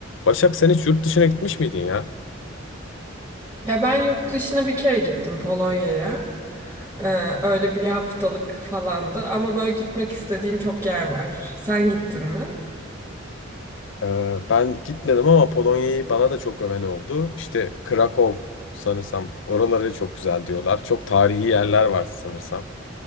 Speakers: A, on the left (about 70°); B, on the right (about 15°).
A: Başak sen hiç yurt dışına gitmiş miydin ya?
B: Ya ben yurt dışına bir kere gittim Polonya'ya. Ee, öyle bir haftalık falandı ama böyle gitmek istediğim çok yer var. Sen gittin mi?
A: Ee, ben gitmedim ama Polonya'yı bana da çok öven oldu. İşte Krakow sanırsam oraları çok güzel diyorlar. Çok tarihi yerler var sanırsam.